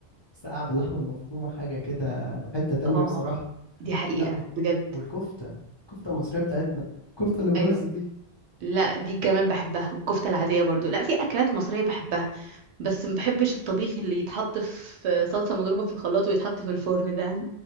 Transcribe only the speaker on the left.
ساقعة باللحمة المفرومة حاجة كده في حتة تانية
بصراحة
لا و...
والكفتة الكفتة المصرية بتاعتنا الكفتة اللي برز
دي